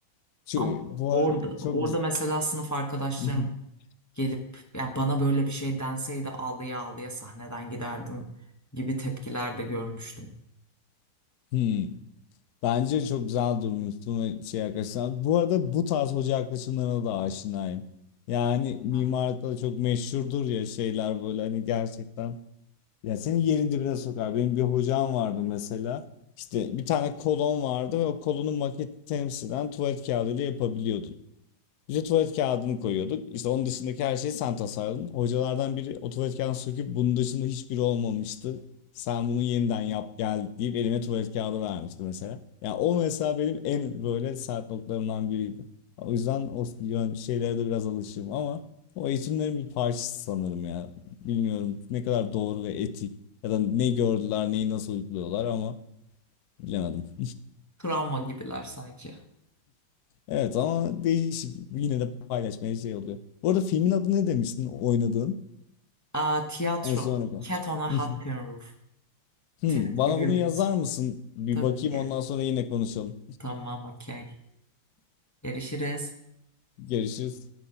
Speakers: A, on the left (about 65°); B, on the left (about 20°).
A: Çö-
B: Ama
A: Bu
B: orada
A: arada çok
B: orada mesela sınıf arkadaşlarım
A: <laughs>
B: gelip ya bana böyle bir şey denseydi ağlaya ağlaya sahneden giderdim gibi tepkiler de görmüştüm.
A: Hmm. Bence çok güzel durmuşsun ve şey arkadaşlar Bu arada bu tarz hoca yaklaşımlarına da aşinayım. Yani mimarlıkta
B: Yani
A: da çok meşhurdur ya şeyler böyle hani gerçekten. Ya seni yerin dibine sokar. Benim bir hocam vardı mesela. İşte bir tane kolon vardı ve o kolonun maketi temsilen tuvalet kağıdıyla yapabiliyordu. Bir de tuvalet kağıdını koyuyorduk. İşte onun dışındaki her şeyi sen tasarladın. Hocalardan biri o tuvalet kağıdını söküp bunun dışında hiçbiri olmamıştı. Sen bunu yeniden yap gel deyip elime tuvalet kağıdı vermişti mesela. Yani o mesela benim en böyle sert noktalarımdan biriydi. O yüzden o yön- şeylere de biraz alışığım ama o eğitimlerin bir parçası sanırım ya. Bilmiyorum ne kadar doğru ve etik ya da ne gördüler neyi nasıl uyguluyorlar ama bilemedim.
B: travma gibiler sanki.
A: Evet ama değişik. Yine de paylaşmaya şey oluyor. Bu arada filmin adı ne demiştin oynadığın?
B: Aa, tiyatro.
A: En son ne kadar?
B: Cat on a Hot
A: <laughs>
B: Tin Roof.
A: Hmm,
B: Tennessee
A: bana
B: Williamson.
A: bunu yazar mısın? Bir
B: Tabii
A: bakayım
B: ki.
A: ondan sonra yine konuşalım.
B: Tamam, okey. Görüşürüz.
A: Görüşürüz.